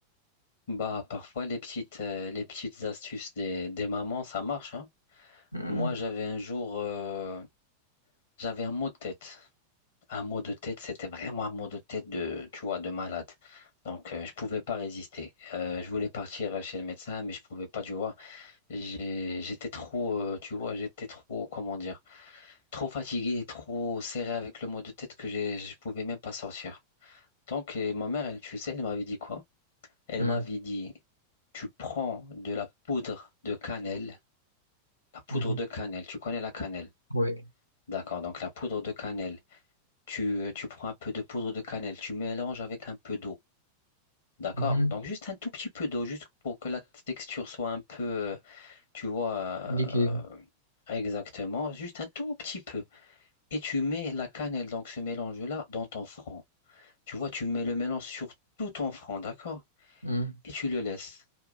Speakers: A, on the left; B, on the left.
A: Bah, parfois, les petites, euh, les petites astuces des, des mamans, ça marche, hein.
B: Mhm,
A: Moi, j'avais un jour, euh, j'avais un mot de tête. Un mot de tête, c'était vraiment un mot de tête de, tu vois, de malade. Donc, euh, je pouvais pas résister. Euh, je voulais partir chez le médecin, mais je pouvais pas, tu vois. J'ai- J'étais trop, euh, tu vois, j'étais trop, comment dire, trop fatigué, trop serré avec le mot de tête que j'ai, je pouvais même pas sortir. Donc, et ma mère, elle, tu sais, elle m'avait dit quoi? Elle
B: mhm,
A: m'avait dit, tu prends de la poudre de cannelle, la poudre
B: mhm.
A: de cannelle, tu connais la cannelle.
B: Oui.
A: D'accord, donc la poudre de cannelle, tu, euh, tu prends un peu de poudre de cannelle, tu mélanges avec un peu d'eau. D'accord?
B: Mhm.
A: Donc juste un tout petit peu d'eau, juste pour que la texture soit un peu, euh, tu vois,
B: Liquide.
A: euh, exactement, juste un tout petit peu. Et tu mets la cannelle, donc ce mélange-là, dans ton front. Tu vois, tu mets le mélange sur tout ton front, d'accord?
B: Mhm.
A: Et tu le laisses.